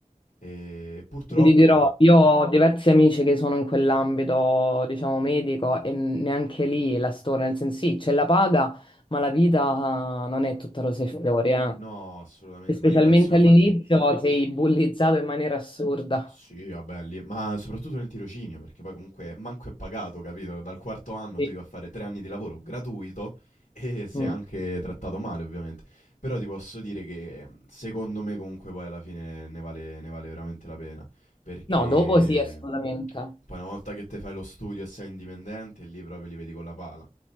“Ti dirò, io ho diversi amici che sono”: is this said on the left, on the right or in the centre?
Left